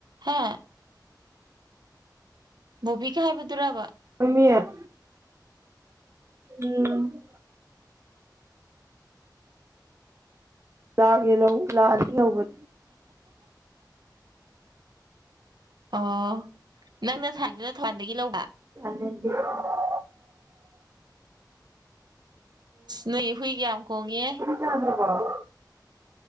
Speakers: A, on the right (about 65°); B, on the right (about 35°).
A: ꯍꯥ ꯕꯣꯕꯤꯒ ꯍꯥꯏꯕꯗꯨꯕ
B: ꯎꯃꯤꯔ ꯎꯝ ꯂꯥꯛꯒꯦꯂꯣ ꯂꯥꯛꯑꯅꯤ ꯂꯕꯗꯤ
A: ꯑꯣ ꯅꯪꯅ ꯁꯥꯏꯖꯅ ꯊꯋꯥꯥꯟꯗꯒꯤ ꯂꯧꯕ
B: <unintelligible>
A: ꯅꯣꯏ ꯍꯨꯏꯒ ꯌꯥꯝ ꯀꯣꯡꯉꯦ
B: ꯆꯗ꯭ꯔꯕꯣ